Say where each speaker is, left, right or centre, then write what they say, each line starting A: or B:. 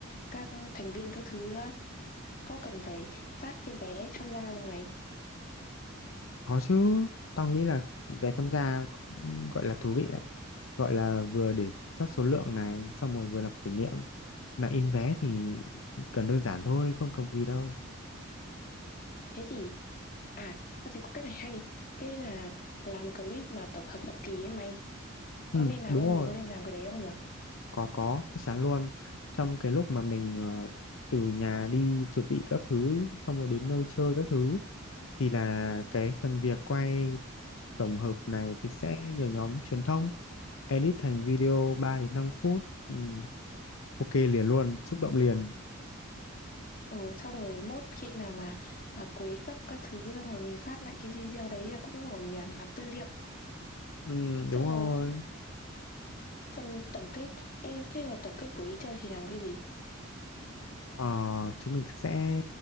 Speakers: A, on the left; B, on the left.
A: các thành viên các thứ nữa. Có cần phải phát cái vé tham gia không mày?
B: Có chứ, tao nghĩ là về tham gia cũng gọi là thú vị đấy, gọi là vừa để kiểm soát số lượng này, xong rồi vừa làm kỷ niệm. Mà in vé thì cần đơn giản thôi, không cầu kỳ đâu.
A: Thế thì À, ta thấy có cái này hay. Cái là làm clip mà tổng hợp hậu kỳ ấy mày.
B: Ừ
A: Có nên làm
B: đúng
A: không?
B: rồi,
A: Mình có nên làm cái đấy không nhỉ?
B: có có, chắc chắn luôn. Trong cái lúc mà mình ờ, từ nhà đi chuẩn bị các thứ xong rồi đến nơi chơi các thứ thì là cái phần việc quay tổng hợp này thì sẽ nhờ nhóm truyền thông edit thành video ba đến năm phút ừ, ok liền luôn xúc động liền
A: Ừ, xong rồi mốt khi nào mà à, cuối cấp các thứ xong rồi mình phát lại cái video đấy là cũng ổn nhỉ, làm tư liệu.
B: ừ,
A: Xong
B: đúng rồi
A: rồi phần tổng kết. Ê, thế rồi tổng kết buổi đi chơi thì làm cái gì?
B: ờ, chúng mình sẽ